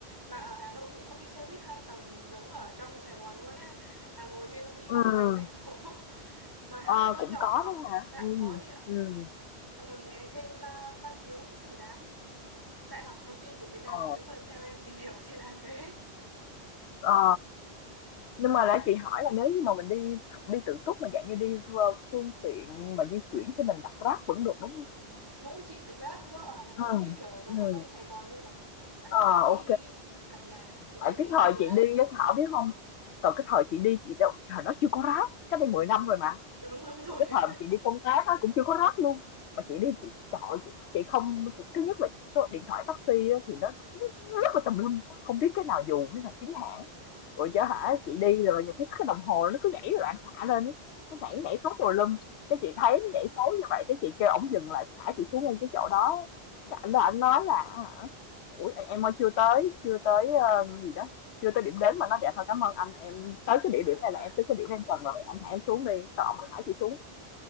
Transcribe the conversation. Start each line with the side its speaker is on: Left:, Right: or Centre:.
Right: mà ở Hà Nội cũng có cái xe buýt hai tầng giống ở trong Sài Gòn luôn á là ngồi trên xong đi
Left: ừ
Right: vòng quanh thành phố <laughs> mà Hà
Left: Ờ,
Right: Nội nó
Left: cũng
Right: nhỏ
Left: có đó hả?
Right: dạ
Left: Ừm,
Right: có chị ạ
Left: ừm,
Right: xong rồi ghé thêm à, Văn Miếu Quốc Tử Giám đại học đầu tiên của Việt Nam
Left: ờ,
Right: mà nếu mà theo em tìm hiểu thì là thế
Left: ờ. Nhưng mà nãy chị hỏi là nếu như mà mình đi đi tự túc mà dạng như đi phương phương tiện mà di chuyển thì mình đặt Grab vẫn được, đúng không
Right: đúng rồi chị Grab ở Hà Nội
Left: ừ
Right: như kiểu là giống
Left: ừ
Right: ở trong Sài Gòn luôn mà tại
Left: ờ,
Right: vì chị đi
Left: ô
Right: cả nhà thì nên
Left: Tại cái
Right: đi
Left: thời
Right: Grab
Left: chị đi á, Thảo biết không Từ cái thời chị đi chị đâu trời đó chưa có Grab, cách đây 10 năm rồi mà.
Right: đúng đúng rồi
Left: Rồi cái thời mà chị đi công tác á, cũng chưa có Grab luôn, mà chị đi chị chọi chị không chị thứ nhất là số điện thoại taxi á, thì nó rất là tùm lum, không biết cái nào dù cái nào chính hãng. Rồi
Right: <laughs>
Left: chở hả chị đi rồi nhiều cái cái đồng hồ nó cứ nhảy loạn xạ lên á, nó nhảy
Right: Chuyện-
Left: nhảy số tùm lum. Cái chị thấy nó nhảy số như vậy cái chị kêu ổng dừng lại thả chị xuống ngay cái chỗ đó. Cái ảnh đó ảnh nói là hả, ủa em ơi chưa tới chưa tới ờ, gì đó chưa tới điểm đến mà nó dạ thôi cảm ơn anh em tới cái địa
Right: <laughs>
Left: điểm này là em tới cái điểm em cần rồi anh thả em xuống đi sợ ổng mới thả chị xuống